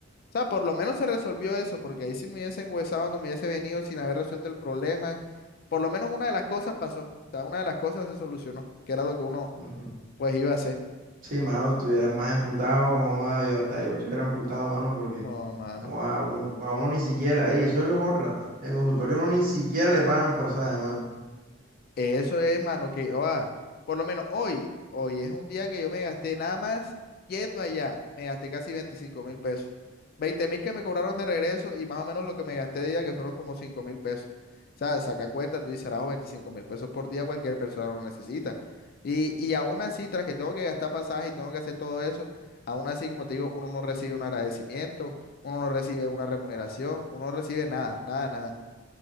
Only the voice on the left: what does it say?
O sea, por lo menos se resolvió eso, porque ahí si me hubiese enguesado, no me hubiese venido sin haber resuelto el problema. Por lo menos una de las cosas pasó. O sea, una de las cosas se solucionó, que era lo que uno
pues iba a hacer.
Oh, mano.
Eso es, mano, que oa, por lo menos hoy, hoy es un día que yo me gasté nada más yendo allá, me gasté casi veinticinco mil pesos. veinte mil que me cobraron de regreso y más o menos lo que me gasté de día que fueron como cinco mil pesos. O sea, saca cuenta, tú dices, "Arajo, veinticinco mil pesos por día cualquier persona lo necesita. Y, y aún así, tras que tengo que gastar pasaje y tengo que hacer todo eso, aún así, como te digo, uno no recibe un agradecimiento, uno no recibe una remuneración, uno no recibe nada, nada, nada.